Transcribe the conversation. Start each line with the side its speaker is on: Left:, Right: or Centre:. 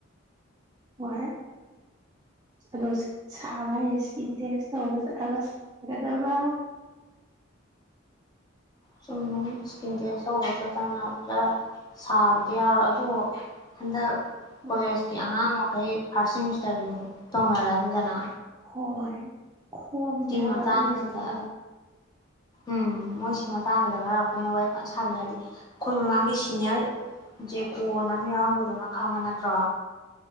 Right: ꯍꯣꯏ ꯑꯗꯣ ꯁꯥꯕ ꯏꯁꯀꯤꯟ ꯇꯦꯁ ꯇꯒ ꯆꯠꯂꯒ ꯁꯥꯒꯗꯕ
Left: ꯁꯨꯝ ꯏꯁꯀꯤꯟ ꯇꯦꯁ ꯇꯧꯕ ꯆꯠꯇꯅ ꯁꯥꯕꯗꯤ ꯌꯥꯔꯣꯏ ꯑꯗꯨ ꯍꯟꯗꯛ ꯀꯣꯦꯁꯀꯤ
Right: ꯃꯥꯅꯦ
Left: ꯑꯉꯥꯡ ꯑꯩꯈꯩ ꯐꯥꯔꯁꯠ ꯁꯤꯃꯤꯁꯇꯔꯁꯤꯡ ꯇꯧꯅꯔꯅꯤꯗꯅꯅꯥ
Right: ꯍ <unintelligible> ꯈꯣꯝꯁꯦ ꯍꯥꯏꯕ
Left: ꯃꯇꯥꯡꯁꯤꯗ
Right: ꯑꯗꯨ ꯃꯌꯥꯝꯗꯣ
Left: ꯎꯝ ꯃꯣꯏꯁꯤ ꯃꯇꯥꯡꯁꯤꯗ ꯈꯔ ꯑꯩꯈꯣꯏꯅ ꯋꯥꯔꯤ ꯁꯥꯕꯤ ꯍꯥꯏꯗꯤ ꯑꯩꯈꯣꯏ ꯃꯃꯥꯡꯒꯤ ꯁꯤꯅꯤꯌꯔ ꯖꯦꯀꯣꯅ ꯑꯃ ꯌꯥꯎꯔꯝꯕꯗꯨꯣ ꯅꯪ ꯈꯪꯕ ꯅꯠꯇ꯭ꯔꯣ